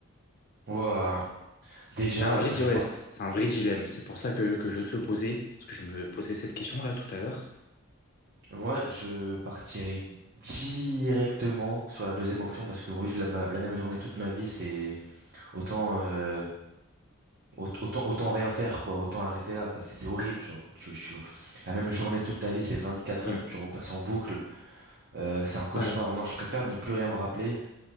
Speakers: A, on the right; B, on the left.
A: Ouah. Déjà,
B: C'est un vrai,
A: je
B: di- ouais,
A: part...
B: c'est un vrai dilemme. C'est pour ça que, que je vais te le poser, parce que je me posais cette question-là tout à l'heure.
A: Moi, je partirai directement sur la deuxième option parce que revivre la, ma- la même journée toute ma vie, c'est autant, euh, aut- autant autant rien faire quoi, autant arrêter là quoi. C'est c'est horrible genre. Tu, tu- la même journée toute ta vie, c'est 24
B: Hmm.
A: heures, tu repasses en boucle, euh, c'est un cauchemar.
B: Ouais,
A: Non, je préfère ne plus rien me rappeler,